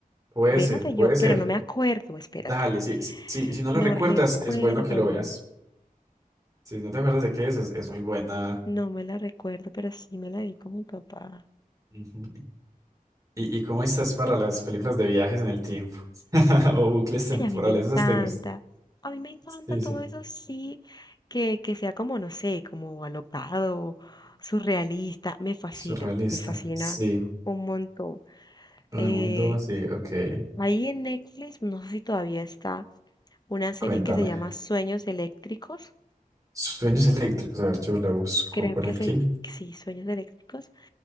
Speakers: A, on the right; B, on the left.
A: Puede
B: Espérate
A: ser, puede
B: yo,
A: ser.
B: pero no me acuerdo, espérate.
A: Dale, sí, sí, sí, si no la
B: No
A: recuerdas,
B: recuerdo,
A: es bueno que lo veas. Si no te acuerdas de qué es, es, es muy buena.
B: no me la recuerdo, pero sí me la vi con mi papá.
A: Ujú. ¿Y, y cómo estás para las películas de viajes en el tiempo? <laughs> O bucles temporales,
B: Ay, a mí me encanta,
A: esas te gustan.
B: a mí me encanta
A: Sí,
B: todo
A: sí.
B: eso, sí, que, que sea como, no sé, como alocado, surrealista, me fascina,
A: Surrealista.
B: me fascina
A: Sí.
B: un montón.
A: El
B: Eh,
A: mundo, sí, ok.
B: ahí en Netflix, no sé si todavía está, una serie
A: Cuéntame.
B: que se llama Sueños Eléctricos,
A: Sueños eléctricos. A ver, yo la busco
B: creo
A: por
B: que
A: aquí.
B: se, sí, Sueños Eléctricos.